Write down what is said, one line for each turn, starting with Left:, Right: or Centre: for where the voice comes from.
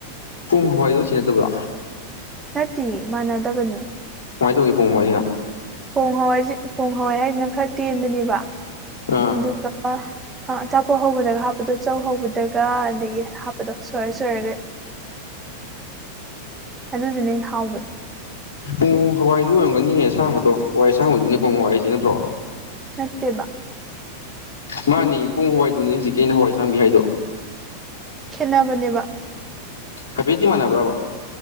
Left: ꯄꯨꯡ ꯍꯋꯥꯏꯗꯣ ꯁꯤ ꯅꯠꯇꯕ꯭ꯔꯣ
Right: ꯅꯠꯇꯦ ꯃꯥꯟꯅꯗꯕꯅꯤ
Left: ꯀꯃꯥꯏꯅ ꯇꯧꯒꯦ ꯄꯨꯡ ꯃꯣꯏꯁꯤꯅ
Right: ꯍꯣꯡ ꯍꯋꯥꯏꯁꯤ ꯍꯣꯡ ꯍꯋꯥꯏ ꯍꯥꯏꯁꯤꯅ ꯈꯔ ꯇꯦꯟꯕꯅꯦꯕ
Left: ꯑꯥ
Right: ꯑꯗꯨꯒ ꯑꯆꯥꯄꯣꯠ ꯍꯧꯕꯗꯒ ꯍꯥꯞꯄꯗꯣ ꯆꯧ ꯍꯧꯕꯗ ꯑꯗꯨꯒ ꯑꯗꯒꯤ ꯍꯥꯞꯄꯗꯣ ꯁ ꯆꯔꯒ ꯑꯗꯨꯗꯨꯅꯦ ꯑꯩꯅ ꯍꯥꯎꯕꯅꯤ
Left: ꯎ ꯍꯋꯥꯏꯗꯨꯣ ꯑꯣꯏꯔꯝꯒꯅꯤꯌꯦ ꯑꯁꯥꯡꯕꯗꯣ ꯍꯋꯥꯏ ꯑꯁꯥꯡꯕꯗꯨꯅꯦ ꯄꯨꯡ ꯍꯋꯥꯏꯁꯦ ꯅꯠꯇ꯭ꯔꯣ
Right: ꯅꯠꯇꯦꯕ
Left: ꯃꯥꯅꯤ ꯄꯨꯡ ꯍꯋꯥꯏꯗꯨꯅꯤ ꯍꯧꯖꯤꯛꯀꯤ ꯑꯩꯅ ꯍꯋꯥꯏ ꯆꯥꯝꯕꯤꯦ ꯍꯥꯏꯗꯣ
Right: ꯈꯦꯠꯟꯅꯅꯕꯅꯦꯕ
Left: ꯍꯥꯏꯐꯦꯠꯗꯤ ꯏꯃꯥꯟꯅꯕ꯭ꯔꯕ